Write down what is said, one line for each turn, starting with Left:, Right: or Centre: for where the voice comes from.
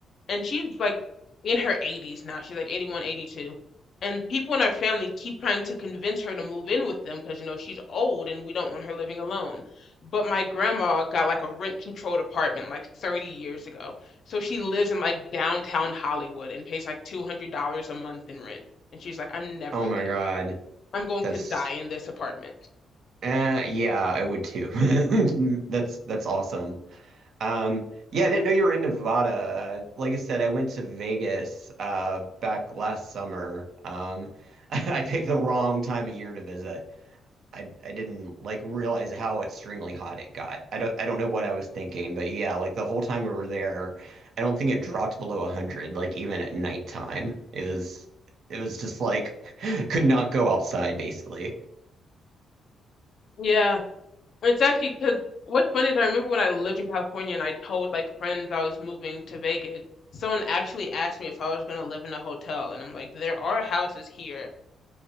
Left: and she's like in her 80s now. She's like 81, eighty two, And people in our family keep trying to convince her to move in with them because, you know, she's old and we don't want her living alone. But my grandma got like a rent-controlled apartment like 30 years ago. So she lives in like downtown Hollywood and pays like $200 a month in rent. And she's like, I'm never
Right: Oh my
Left: leaving.
Right: God.
Left: I'm going
Right: That's
Left: to die in this apartment.
Right: uh, yeah, I would too. <laughs> That's that's awesome. Um, yeah, I didn't know you were in Nevada. Uh, Like I said, I went to Vegas uh back last summer. Um, <laughs> I picked the wrong time of year to visit. I I didn't like realize how extremely hot it got. I don't I don't know what I was thinking, but yeah, like the whole time we were there, I don't think it dropped below 100, like even at nighttime. It was it was just like <laughs> could not go outside basically.
Left: Yeah. It's actually because what's funny is I remember when I lived in California and I told like friends I was moving to Vegas, someone actually asked me if I was going to live in a hotel. And I'm like, there are houses here.